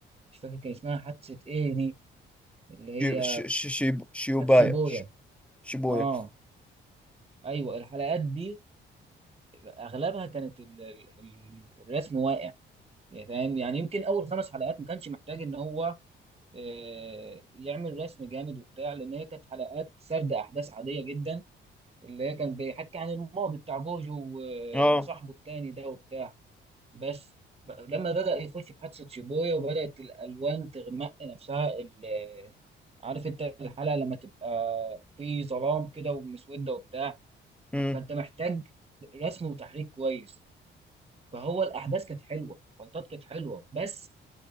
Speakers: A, on the right (about 30°); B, in the centre.
A: مش فاكر كان اسمها حادثة ايه دي اللي هي
B: شي... شي... شي... شي- شيوبايا
A: حادثة بويا
B: ش... شيبويا
A: اه ايوه الحلقات دي اغلبها كانت ال- ال- ال- الرسم واقع يعني فاهم يعني يمكن اول خمس حلقات ما كانش محتاج ان هو آه، يعمل رسم جامد وبتاع لان هي كانت حلقات سرد احداث عاديه جدا اللي هي كان بيحكي عن الماضي بتاع جوجو و-
B: اه
A: وصاحبه التاني ده وبتاع بس ب- لما بدأ يخش في حادثة شيبويا وبدأت الألوان تغمق نفسها ال- عارف انت الحلقة لما تبقى في ظلام كده ومسودة وبتاع
B: امم
A: فانت محتاج رسم وتحريك كويس فهو الأحداث كانت حلوة الفايتات كانت حلوة بس